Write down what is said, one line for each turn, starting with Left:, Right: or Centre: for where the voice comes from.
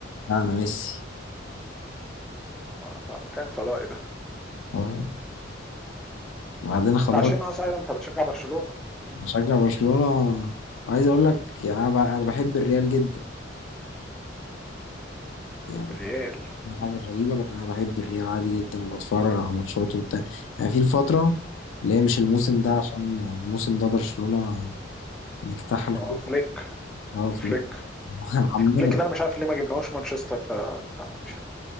Left: لا انا ميسي
Centre: آه طب كان فضائي ده
Left: آه. وبعدين خلاص
Centre: انت عشان اصلا انت بتشجع برشلونه مم.
Left: مشجع برشلونة وعايز اقول لك يعني انا ب- انا بحب الريال جدا يعني
Centre: الريال مم.
Left: حاجة غريبة لكن انا بحب الريال عادي جدا وبتفرج على ماتشاته وبتاع يعني في الفترة اللي هي مش الموسم
Centre: مم.
Left: ده عشان الموسم ده برشلونة مجتاح
Centre: ما
Left: الكورة
Centre: فليك
Left: اه
Centre: فليك
Left: فليك <laughs> عمنا
Centre: فليك ده انا مش عارف ليه ما جبناهوش مانشستر ده أنا مش عارف